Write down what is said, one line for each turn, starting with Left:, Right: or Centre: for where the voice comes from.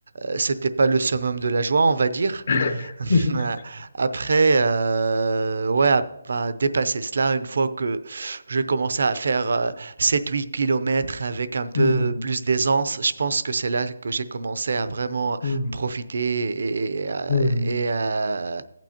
Right: euh, c'était pas le summum de la joie, on va dire.
Left: <laughs>
Right: <laughs> Euh, Après, euh, ouais, à pas dépasser cela, une fois que j'ai commencé à faire euh, 7-8 kilomètres avec un peu
Left: Hmm,
Right: plus d'aisance, je pense que c'est là que j'ai commencé à vraiment
Left: hmm,
Right: profiter et, euh,
Left: hmm.
Right: et, euh,